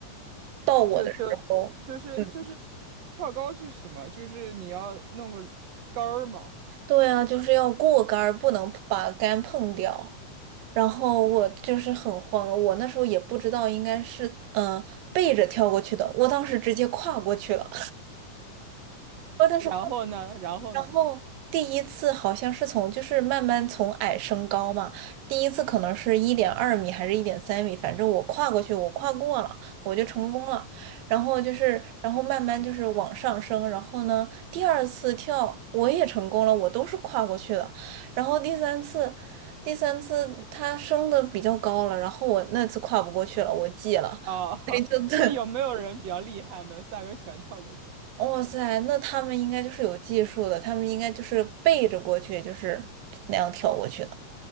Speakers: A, on the right; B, on the right.
A: 到我的时候，
B: 就就就是就是
A: 嗯，
B: 跳高是什么？就是你要弄个杆儿嘛，
A: 对啊，就是要过杆儿，不能把杆碰掉。然后我就是很慌，我那时候也不知道应该是嗯、呃背着跳过去的，我当时直接跨过去了，<laughs> 我当时。
B: 然后呢，
A: 跨。
B: 然后呢？
A: 然后第一次好像是从就是慢慢从矮升高嘛，第一次可能是一点二米还是一点三米，反正我跨过去，我跨过了，我就成功了。然后就是，然后慢慢就是往上升，然后呢，第二次跳我也成功了，我都是跨过去的。然后第三次，第三次它升的比较高了，然后我那次跨不过去了，我记了，
B: 哦，
A: 对，就 <laughs>
B: <laughs>
A: 对，
B: 那有没有人比较厉害，能三个全跳过去？
A: 哇塞，那他们应该就是有技术的，他们应该就是背着过去，就是那样跳过去的，